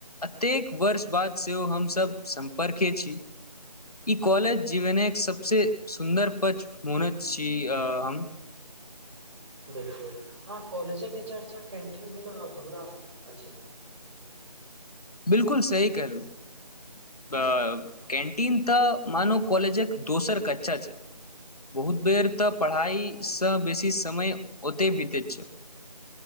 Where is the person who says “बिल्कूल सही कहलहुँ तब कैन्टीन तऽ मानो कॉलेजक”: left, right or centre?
Left